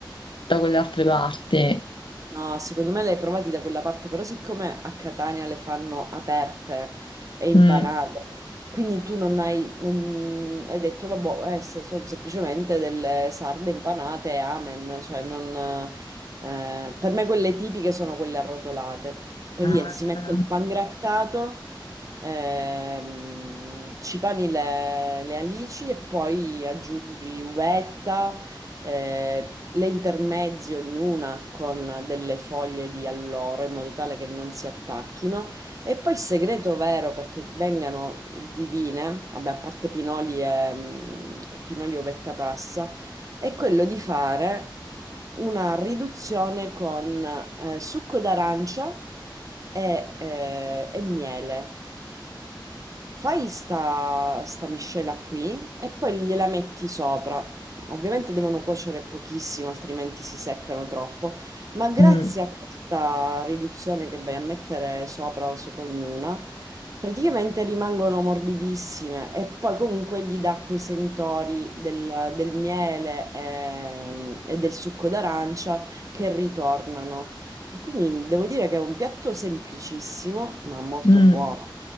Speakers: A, on the left; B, on the right.
A: da quelle altre parti.
B: No, secondo me le hai provati da quella parte, però siccome a Catania le fanno aperte e impanate,
A: Mm.
B: quindi tu non hai, non- hai detto, vabbè, eh, se sono semplicemente delle sarde impanate e amen, cioè non, eh, per me quelle tipiche sono quelle arrotolate. Praticamente
A: Mm.
B: si mette il pangrattato, ehm, ci pani le, le alici e poi aggiungi uvetta eh, le intermezzi ognuna con delle foglie di alloro in modo tale che non si attacchino. E poi il segreto vero perché vengano divine, vabbè, a parte pinoli e mm, pinoli ovetta passa, è quello di fare una riduzione con eh, succo d'arancia e, eh, e miele. Fai sta, sta miscela qui e poi gliela metti sopra. Ovviamente devono cuocere pochissimo, altrimenti si seccano troppo, ma grazie
A: Mm.
B: a questa riduzione che vai a mettere sopra o sopra ognuna, praticamente rimangono morbidissime e poi comunque gli dà quei sentori del, del miele ehm, e, del succo d'arancia che ritornano. E quindi devo dire che è un piatto semplicissimo, ma molto
A: Mm.
B: buono.